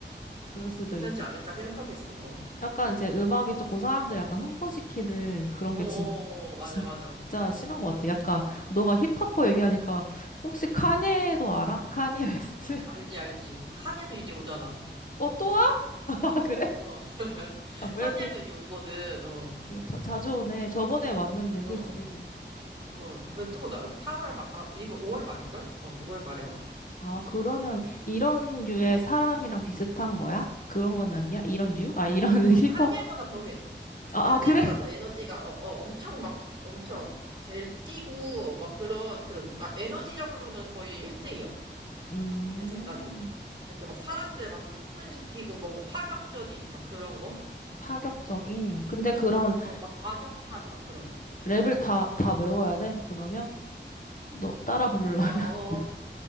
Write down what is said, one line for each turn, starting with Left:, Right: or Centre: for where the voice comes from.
Left: 그럴 수도
Right: 괜찮지
Left: 있. 있-
Right: 않을까 생각하고 있어. 어,
Left: 약간 이제 음악이 조금 사람들 약간 흥분시키는 그런
Right: 어,
Left: 게
Right: 어,
Left: 진,
Right: 어, 맞아,
Left: 진짜
Right: 맞아.
Left: 심한 것 같아. 약간 너가 힙합퍼
Right: 어,
Left: 얘기하니까 혹시 카니에도 알아? 카니 웨스트?
Right: 알지,
Left: <laughs>
Right: 알지. 칸예도 이제 오잖아.
Left: 어, 또 와? <laughs> 아, 그래?
Right: 어, <laughs>
Left: 아, 왜
Right: 칸예도
Left: 이렇게
Right: 이제 오거든. 어,
Left: 뭐 자, 자주 오네. 저번에 왔는데,
Right: 어.
Left: 그지?
Right: 어, 이번 또 나, 사월 말, 아, 이번 5월 말일걸? 어, 5월 말에 와.
Left: 아, 그러면 이런 류의 사람이랑 비슷한 거야? 그런 건 아니야? 이런 류? 아, 이런 <laughs>
Right: 어,
Left: 힙합.
Right: 칸예보다 더해.
Left: 아,
Right: 칸예보다
Left: 아, 그래?
Right: 더 에너지가, 어, 어, 엄청 막, 엄청, 제일 뛰고, 막 그런, 그런, 막 에너지적으로는 거의 1등이요.
Left: 음,
Right: 내 생각에. 이렇게 막 사람들 막 흥분시키고, 뭔가 파격적인, 막 그런 거?
Left: 파격적인. 근데 그런
Right: 어, 막 과격한, 막 그런 느낌?
Left: 랩을 다, 다 외워야 돼? 그러면? 너 따라 부르려면?
Right: 어, 어.
Left: <laughs>